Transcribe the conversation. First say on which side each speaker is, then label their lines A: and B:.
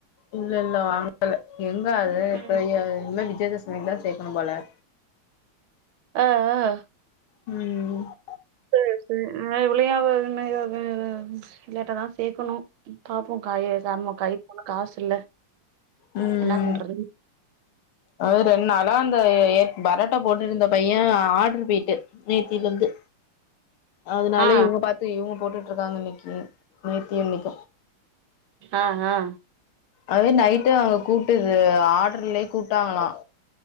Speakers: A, on the left (about 85°); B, on the right (about 80°).
A: இல்ல இல்ல வாங்கல எங்க அது
B: ம்
A: இப்ப இன்மே விஜய தசமிக்கு தான் சேக்கணும் போல
B: ஆ ஆ
A: <unintelligible>
B: சேர் சேர் ஆ இவளயு <unintelligible> லேட்டா தா சேக்கணும் பாப்போம் காய செம்ம கை போன காசு இல்ல
A: உம்
B: என்ன
A: உம்
B: பண்றது
A: அது ரெண்டு நாளா அந்த ய பரோட்டா போட்டுட்ருந்த பையே ஆர்டர் போயிட்டு நேத்திலந்து அதுனால
B: ஆ
A: இவுங்க பாத்து இவுங்க போட்டுட்டு இருக்காங்க இன்னக்கி நேத்தியு இன்னைக்
B: ஆ ஆ
A: அதே நைட்டு அங்க கூப்ட்டு இது ஆர்டர்லேயே கூப்ட்டாங்களாம்